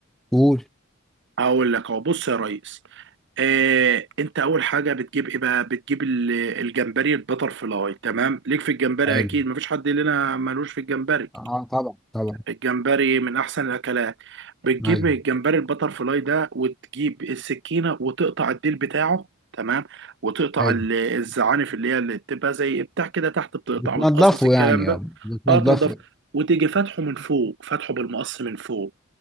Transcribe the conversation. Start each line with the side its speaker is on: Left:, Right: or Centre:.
Centre: قول
Right: هقول لك اهو بص يا ريس آه، انت اول حاجه بتجيب ايه بقى بتجيب ال- الجمبري البتر فلاي تمام ليك في الجمبري
Centre: حلو
Right: اكيد مفيش حد لنا ملوش في الجمبري
Centre: اه طبعا طبعا
Right: الجمبري من احسن الاكلات بتجيب
Centre: ايوه
Right: الجمبري البتر فلاي ده وتجيب السكينه وتقطع الديل بتاعه تمام وتقطع
Centre: حلو
Right: ال- الزعانف اللي هي اللي بتبقى زي بتاع كده تحت بتقطع
Centre: بتنضفه
Right: وتقصقص الكلام
Centre: يعني يابا
Right: ده
Centre: بتنضفه
Right: اه تنضف وتيجي فاتحه من فوق فاتحه بالمقص من فوق